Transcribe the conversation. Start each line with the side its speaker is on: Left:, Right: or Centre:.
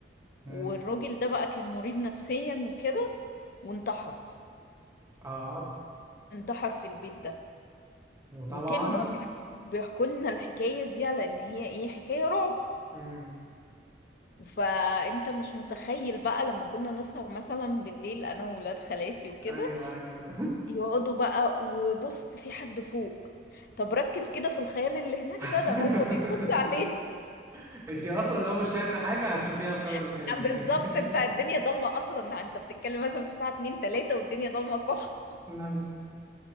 Right: امم
Left: والراجل ده بقى كان مريض نفسيا وكده وانتحر
Right: اه
Left: انتحر في البيت ده
Right: وطبعا
Left: وكانوا بقى بيحكوا لنا الحكاية دي على ان هي ايه حكاية رعب
Right: امم
Left: فانت مش متخيل بقى لما كنا نسهر مثلا بالليل انا وولاد خالاتي وكده
Right: ايوه ايوه
Left: يقعدوا بقى وبص في حد فوق طب ركز كده في الخيال اللي هناك
Right: <laughs>
Left: ده ده هو بيبص علينا
Right: انت اصلا لو مش شايفه حاجه هتشوفيها بسبب
Left: <laughs>
Right: كلامي
Left: بالظبط انت
Right: <laughs>
Left: الدنيا ضلمه اصلا انت بتتكلم مثلا في الساعه 2 3 والدنيا ضلمه كح
Right: مم.